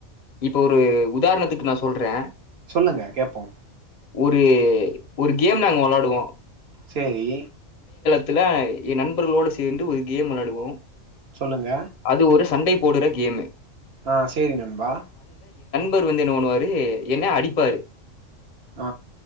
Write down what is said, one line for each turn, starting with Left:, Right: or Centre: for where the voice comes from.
Left: இப்ப ஒரு உதாரணத்துக்கு நா சொல்றே
Right: சொல்லுங்க கேப்போ
Left: ஒரு ஒரு கேம் நாங்க வெளாடுவோ
Right: சேரி
Left: துல எ நண்பர்களோட சேந்து ஒரு கேம் வெளாடுவோ
Right: சொல்லுங்க
Left: அது ஒரு சண்டை போடுற கேமு
Right: ஆ சேரி நண்பா
Left: பர் வந்து என்ன வண்ணுவாரு என்ன அடிப்பாரு
Right: ஆ